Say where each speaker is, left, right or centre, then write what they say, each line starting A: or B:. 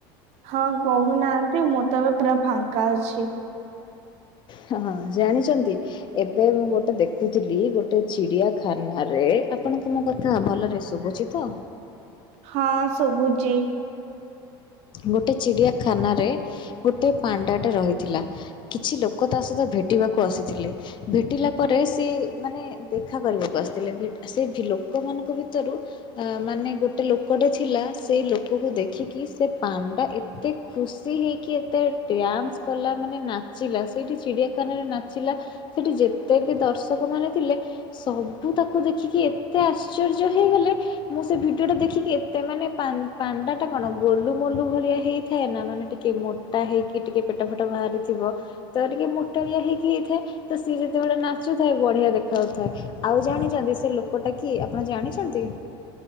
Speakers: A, on the right (about 55°); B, on the left (about 35°).
A: ହଁ କହୁନାହାନ୍ତି ।ମୁଁ ତ ଏବେ ପୁରା ଫାଙ୍କା ଅଛି।
B: ହଁ, ଜାଣିଛନ୍ତି ଏବେ ମୁଁ ଗୋଟେ ଦେଖୁଥିଲି। ଗୋଟେ ଚିଡିଆଖାନାରେ ଆପଣଙ୍କୁ ମୋ କଥା ଭଲରେ ଶୁଭୁଛି ତ?
A: ହଁ, ଶୁଭୁଚି।
B: ଗୋଟେ ଚିଡ଼ିଆଖାନାରେ, ଗୋଟେ ପାଣ୍ଡାଟେ ରହିଥିଲା। କିଛି ଲୋକ ତା ସହିତ ଭେଟି ବାକୁ, ଆସିଥିଲେ ।ଭେଟିଲା ପରେ ସେ ମାନେ ଦେଖା କରିବାକୁ ଆସିଥିଲେ। ଭେ-ସେ ଲୋକ ଲୋକ ମାନଙ୍କ ଭିତରୁ, ମାନେ ଗୋଟେ ଲୋକଟେ ଥିଲା। ସେଇ ଲୋକକୁ ଦେଖିକି ସେ ପାଣ୍ଡା, ଏତେ ଖୁସି ହେଇକି, ଏତେ ଡ୍ୟାନ୍ସ କଲା, ମାନେ ନାଚିଲା ସେଇଠି ଛିଡା ଏ କନରେ ନାଚିଲା ସେଠି ଯେତେ ବି ଦର୍ଶକ ମାନେ ଥିଲେ ସବୁ ତାକୁ ଦେଖିକି ଏ ଏତେ ଆଶ୍ଚର୍ଯ୍ୟ ହେଇଗଲେ ।ମୁଁ ସେ ଭିଡିଓ ଟା ଦେଖିକି ଏତେ ମାନେ ପା- ପାଣ୍ଡା ଟା କଣ? ଗୋଲୁ, ମୋଲୁ ଭଳିଆ ହେଇଥାଏ ନା । ମାନେ ଟିକେ ମୋଟା ହେଇକି, ଟିକେ ପେଟ, ଫେଟ ବାହାରିଥିବ ତ ଟିକେ, ମୋଟାଳିଆ ହେଇକି ହେଇଥାଏ ।ତ ସିଏ ଯେତେବେଳେ ନାଚୁଥାଏ ବଢିଆ ଦେଖା ଯାଉଥାଏ ।ଆଉ ଜାଣି ଛନ୍ତି ସେ ଲୋ ଲୋକଟା କିଏ, ଆପଣ ଜାଣିଛନ୍ତି?